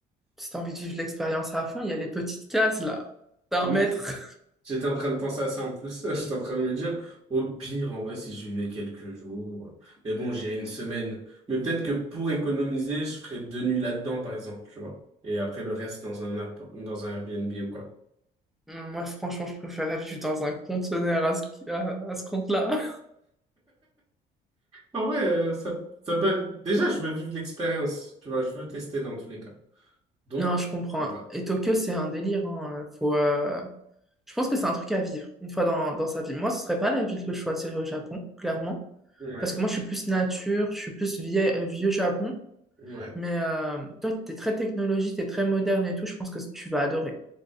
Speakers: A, in the centre; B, on the right.
A: si t'as envie de vivre l'expérience à fond, il y a les petites cases là, d'un
B: Oui,
A: mètre.
B: J'étais en train de penser à ça en plus. <laughs> J'étais en train de me dire, au pire, en vrai, si je vivais quelques jours. Mais bon, j'irai une semaine. Mais peut-être que pour économiser, je ferais deux nuits là-dedans, par exemple, tu vois. Et après, le reste dans un, app- dans un Airbnb ou quoi.
A: <laughs> Moi, franchement, je préférais vivre dans un conteneur à ce, qui- à, à ce compte-là.
B: Ah ouais, euh, ça,
A: <laughs>
B: ça peut être... Déjà, je veux vivre l'expérience, tu vois. Je veux tester dans tous les cas. Donc,
A: Non, je comprends.
B: pourquoi pas.
A: Et Tokyo, c'est un délire. hein. Faut, euh, Je pense que c'est un truc à vivre une fois dans, dans sa vie. Moi, ce serait pas la ville que je choisirais au Japon, clairement.
B: Ouais,
A: Parce que moi, je suis plus nature, je suis plus vieille- euh, vieux Japon.
B: ouais.
A: Mais euh, toi, t'es très technologie, t'es très moderne et tout. Je pense que tu vas adorer.